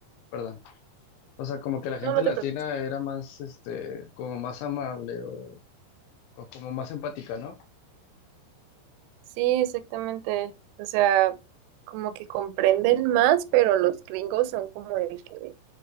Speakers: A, on the left; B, on the right.
A: perdón. O sea, como que la gente
B: No, no
A: latina
B: te preocupes.
A: era más, este, como más amable o, o como más empática, ¿no?
B: Sí, exactamente. O sea, como que comprenden más, pero los gringos son como el que